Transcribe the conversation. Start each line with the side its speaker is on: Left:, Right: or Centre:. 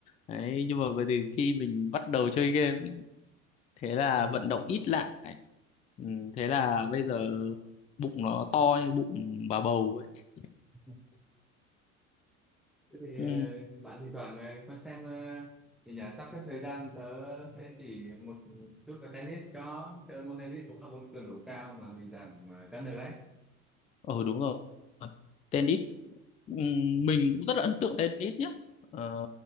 Left: đấy nhưng mà bây giờ khi mình bắt đầu chơi game ấy, thế là
Centre: bạn
Left: vận động ít lại ừ, thế là bây giờ bụng nó to như bụng bà bầu ấy
Centre: <laughs> Thế thì
Left: ừ,
Centre: ờ, bạn thì thoảng ờ, có xem ờ, thì nhà sắp xếp thời gian tớ sẽ chỉ một chút là tennis có tớ môn tennis cũng là môn cường độ cao mà mình giảm ờ, cân được đấy
Left: ờ đúng rồi tennis Ừm, mình cũng rất là ấn tượng tennis nhé ờ,